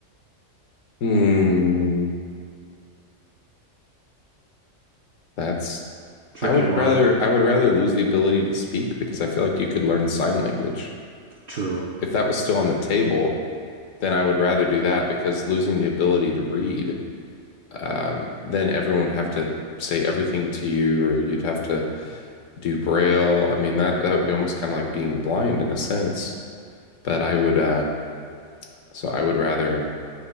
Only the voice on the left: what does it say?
Hmm. That's
I would
rather I would rather lose the ability to speak because I feel like you could learn sign language.
If that was still on the table, then I would rather do that because losing the ability to read, um, then everyone would have to say everything to you or you'd have to do braille. I mean that that would be almost kind of like being blind in a sense. But I would uh so I would rather